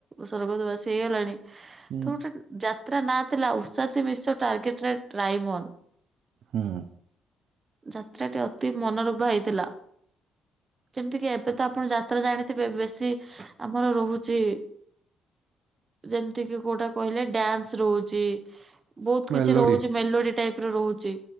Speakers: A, on the right; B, on the right.
A: ସ୍ୱର୍ଗଦବାସି ହେଇଗଲାଣି
B: ହୁଁ।
A: ତ ଗୋଟେ ଯାତ୍ରା ନାଁ ଥିଲା ଉଷାସି ମିଶ୍ର ଟାର୍ଗେଟରେ ରାଇମୋନ୍।
B: ହୁଁ
A: ଯାତ୍ରା ଟି ଅତି ମନୋରୂଭା ହେଇଥିଲା। ଯେମିତି କିି ଏବେ ତ ଆପଣ ଯାତ୍ରା ଜାଣିଥିବେ ବେଶୀ ଆମର ରହୁଛି ଯେମିତି କିି କୋଉଟା କହିଲେ ଡ୍ୟାନ୍ସ ରହୁଛି ବହୁତ
B: ମେଲୋଡି
A: କିଛି ରହୁଛି ମେଲୋଡି ଟାଇପ ରି ରହୁଛି